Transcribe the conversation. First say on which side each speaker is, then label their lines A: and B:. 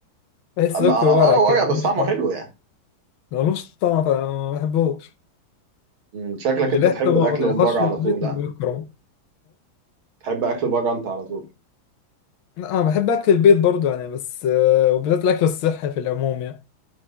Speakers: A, on the left (about 80°); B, on the right (about 80°).
A: بحس
B: اما
A: باكل
B: اه
A: ورق
B: آه،
A: كده
B: ورق بس
A: ملوش
B: طعمه
A: طعم
B: حلو يعني
A: لو ملوش طعم فما بحبوش
B: مم، شكلك
A: اللي
B: انت
A: ريحته
B: تحب
A: ما
B: الاكل
A: بطيقهاش
B: من بره
A: في
B: على
A: البيت
B: طول ها
A: اللي هو الكرنب
B: تحب اكل بره انت على طول
A: لا، انا بحب اكل البيت برضو يعني بس آه، وبالذات الاكل الصحي في العموم يعني